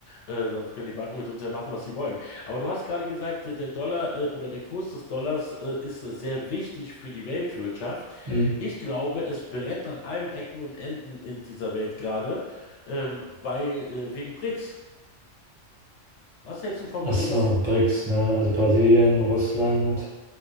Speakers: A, on the left; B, on the right.
A: äh, sonst können die Banken mit uns ja machen, was sie wollen. Aber du hast gerade gesagt, äh, der Dollar äh, oder der Kurs des Dollars äh, ist äh, sehr wichtig für die Weltwirtschaft.
B: Mhm.
A: Ich glaube, es brennt an allen Ecken und Enden in dieser Welt gerade, ähm, weil äh, wegen BRICS. Was hältst du von
B: Ach
A: BRICS?
B: so, BRICS, ne? Also Brasilien, Russland,